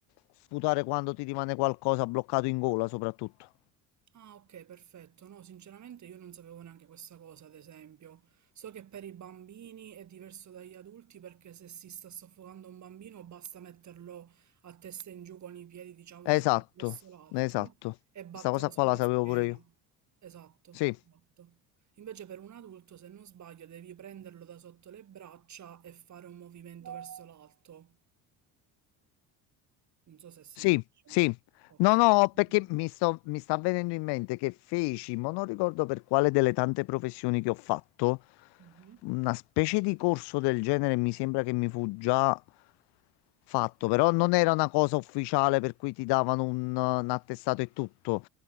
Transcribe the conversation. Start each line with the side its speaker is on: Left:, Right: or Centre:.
Left: sputare quando ti rimane qualcosa bloccato in gola, soprattutto.
Right: Ah, ok, perfetto. No, sinceramente io non sapevo neanche questa cosa, ad esempio. So che per i bambini è diverso dagli adulti perché se si sta soffocando un bambino basta metterlo a testa in giù con i piedi, diciamo,
Left: Esatto,
Right: ri- verso l'alto
Left: esatto.
Right: e battere
Left: Sta cosa
Right: sulla
Left: qua la sapevo
Right: schiena.
Left: pure io.
Right: Esatto,
Left: Sì.
Right: esatto. Invece per un adulto, se non sbaglio, devi prenderlo da sotto le braccia e fare un movimento verso l'alto. Non so se si
Left: Sì,
Right: capisce
Left: sì.
Right: un po'. Ok.
Left: No, no,
Right: <laughs>
Left: perché mi sto, mi sta venendo in mente che feci, ma non ricordo per quale delle tante professioni che ho fatto,
Right: Mhm.
Left: una specie di corso del genere mi sembra che mi fu già fatto, però non era una cosa ufficiale per cui ti davano un, un attestato e tutto.